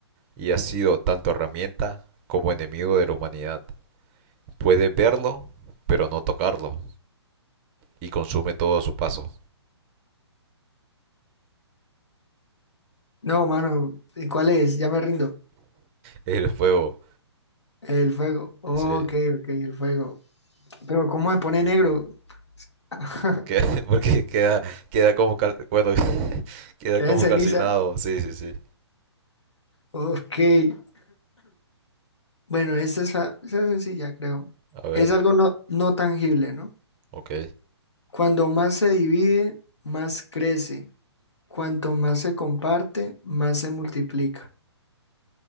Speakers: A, on the right; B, on the left.
A: y ha sido tanto herramienta como enemigo de la humanidad. Puede verlo, pero no tocarlo, y consume todo a su paso.
B: No, mano, ¿y ¿cuál es? Ya me rindo.
A: El fuego,
B: El fuego. Ok,
A: sí.
B: ok, el fuego. Pero ¿cómo se pone negro? <laughs>
A: Queda- <laughs> porque queda, queda como cal- bueno, <laughs> queda
B: Queda
A: como
B: en ceniza.
A: calcinado, sí, sí, sí.
B: Ok. Bueno, esta es, fa- esta es sencilla, creo.
A: A ver,
B: Es algo no, no tangible, ¿no?
A: ok.
B: Cuando más se divide, más crece. Cuanto más se comparte, más se multiplica.